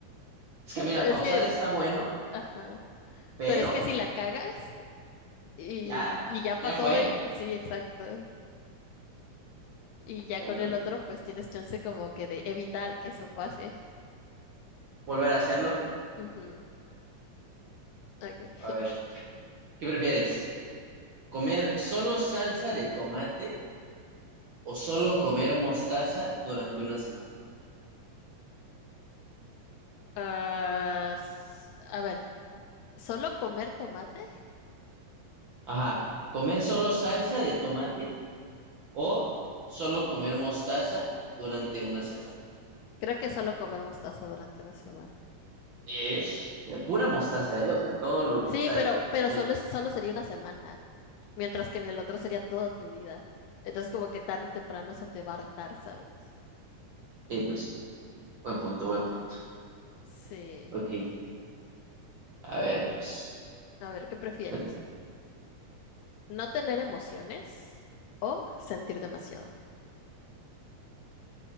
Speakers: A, on the right (about 55°); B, on the left (about 80°).
A: Es que mira,
B: Es
A: pausar
B: que,
A: está bueno,
B: ajá.
A: pero
B: Pero es que si la cagas y,
A: ya,
B: y ya
A: ya
B: pasó,
A: fue.
B: eh, sí, exacto. Y ya
A: Bueno,
B: con el otro, pues tienes chance como que de evitar que eso pase.
A: volver a hacerlo.
B: Ujú, Okay.
A: A
B: <laughs>
A: ver. ¿Qué prefieres? ¿Comer solo salsa de tomate o solo comer mostaza durante una semana?
B: Ah, s- a ver, ¿solo comer tomate?
A: Ajá, ¿comer solo salsa de tomate o solo comer mostaza durante una semana?
B: Creo que solo comer mostaza durante una semana.
A: Ish, de pura mostaza, ¿eh? O sea, todos los,
B: Sí,
A: o sea,
B: pero,
A: de,
B: pero
A: de-
B: solo, es- solo sería una semana, mientras que en el otro sería toda tu vida. Entonces, como que tarde o temprano eso te va a hartar, ¿sabes?
A: eh, pues, buen punto, buen punto.
B: Sí.
A: Ok, a ver, pues,
B: A ver, ¿qué prefieres?
A: ven,
B: No tener emociones o sentir demasiado.